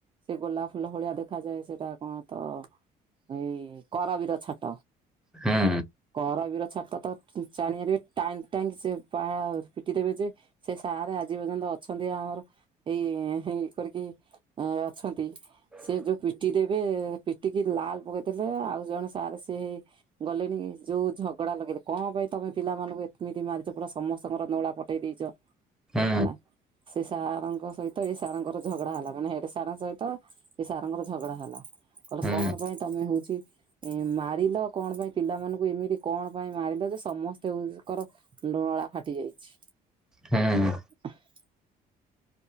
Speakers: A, on the right; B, in the centre.
A: ସେ ଗୋଲାପ ଫୁଲ ଭଳିଆ ଦେଖାଯାଏ, ସେଇଟା କଣ ତ, ଏଇ କରବିର ଛାଟ।
B: ହୁଁ
A: କରବୀର ଛାଟ ତ ପିଚାନିଆରେ ଟାଇଁ ଟାଇଁ ସେ ପା ପିଟି ଦେବେ ଯେ, ସେ ସାରେ ଆ ଆଜି ପର୍ଯ୍ୟନ୍ତ ଅଛନ୍ତି ଆମର, ଏଇ ଇଏ କରିକି। ଅଛନ୍ତି, ସେ ଯୋଉ ପିଟି ଦେ ଏବେ ପିଟିକି ଲାଲ ପକେଇଥିଲେ, ଆଉ ଜଣେ ସାର୍ ସିଏ ହେଇ ଗଲେଣି, ଯୋଉ ଝଗଡ଼ା ଲଗେଇଲେ, କଣ ପାଇଁ ତମେ ପିଲାମାନଙ୍କୁ ଏମିତି ମାରିଚ, ପୁରା ସମସ୍ତଙ୍କର ନୋଳା ପଠେଇ ଦେଇଚ।
B: ହୁଁ
A: ହେଲା, ସେ ସାରଙ୍କ ସହିତ, ଏ ସାରଙ୍କର ଝଗଡ଼ା ହେଲା, ମାନେ ହେଡ୍ ସାରଙ୍କ ସହିତ ଏ ସାର ଙ୍କର ଝଗଡ଼ା ହେଲା। କଇଲେ
B: ହୁଁ
A: କଣ ପାଇଁ ତମେ ହଉଚି ଏ ମାରିଲ, କଣ ପାଇଁ ପିଲାମାନଙ୍କୁ ଏମିତି କଣ ପାଇଁ ମାରିଲ ଯେ ସମସ୍ତେଙ୍କର ନୋଳା ଫାଟି ଯାଇଛି।
B: ହୁଁ ହୁଁ।
A: <unintelligible>